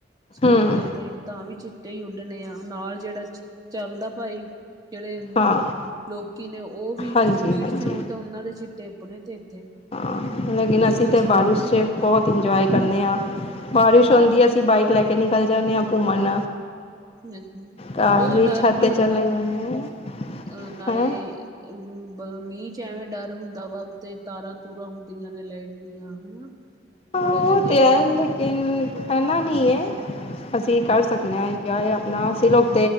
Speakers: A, on the right; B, on the left.
A: ਸਕੂਟੀਆਂ
B: ਹਮ
A: ਤੇ ਤਾਂ ਵੀ ਚਿੱਟੇ ਹੀ ਉੱਡਣੇ ਆ ਨਾਲ ਜਿਹੜਾ ਚੱਲਦਾ ਭਾਈ ਜਿਹੜੇ
B: ਹਾਂ
A: ਲੋਕੀ ਨੇ ਉਹ ਵੀ
B: ਹਾਂਜੀ
A: ਸਪੀਡ
B: ਹਾਂਜੀ
A: ਚ ਆਉਣ ਤੇ ਉਹਨਾਂ ਦੇ ਛਿਟੇ ਆਪਣੇ ਤੇ। ਇੱਥੇ
B: ਹਾਂ, ਲੇਕਿਨ
A: ਕੋਈ
B: ਅਸੀਂ
A: ਕੋਈ
B: ਤਾਂ
A: ਸਮਝ
B: ਬਾਰਿਸ਼
A: ਜਾਂਦਾ
B: ਚ ਬਹੁਤ ਇੰਜੋਏ ਕਰਦੇ ਹਾਂ ਬਾਰਿਸ਼ ਹੁੰਦੀ ਹੈ ਅਸੀਂ ਬਾਈਕ ਲੈ ਕੇ ਨਿਕਲ ਜਾਂਦੇ ਹਾਂ ਘੁੰਮਣ
A: <unintelligible>
B: ਘਰ
A: ਉਦਾ ਡਰ
B: ਛੱਤ
A: ਵੀ
B: 'ਤੇ
A: ਹੁੰਦਾ
B: ਚਲੇ
A: ਨਾ
B: ਜਾਂਦੇ ਹਾਂ
A: ਅਹ ਨਾਲੇ
B: ਹੈਂ
A: <unintelligible> ਬ ਮੀਂਹ ਚ ਐਵੇਂ ਡਰ ਹੁੰਦਾ ਵਾ ਉੱਤੇ ਤਾਰਾਂ ਤੂਰਾਂ ਹੁੰਦੀਆਂ ਨੇ ਲਾਈਟ ਦੀਆਂ ਹਨਾ
B: ਹਾਂ,
A: ਥੋੜਾ
B: ਉਹ
A: ਜਿਹਾ ਦੇਖ
B: ਤੇ ਹੈ ਲੇਕਿਨ
A: ਕੇ
B: ਐਨਾ ਨਹੀਂ ਹੈ ਅਸੀਂ ਕਰ ਸਕਦੇ। ਇੰਏ ਆਪਣਾ ਅਸੀ ਲੋਕ